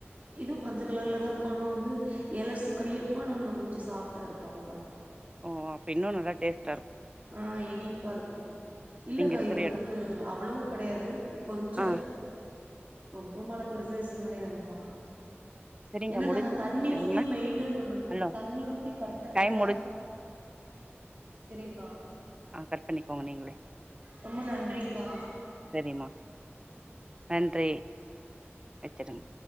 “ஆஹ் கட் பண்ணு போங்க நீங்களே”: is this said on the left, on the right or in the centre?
Right